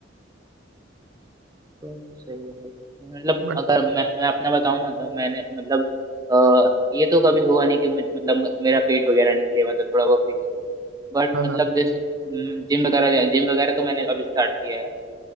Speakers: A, on the right; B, on the right.
A: तो सही है भाई मतलब
B: बट
A: अगर मैं मैं अपना बताऊं ना तो मैंने मतलब अ, ये तो कभी हुआ नहीं कि मुझे- मतलब म- मेरा पेट वगैरह निकले मतलब थोड़ा बहुत फील करूं बट
B: हाँ
A: मतलब
B: हाँ
A: जैसे जिम वगैरह जिम वगैरह तो मैंने अभी स्टार्ट किया है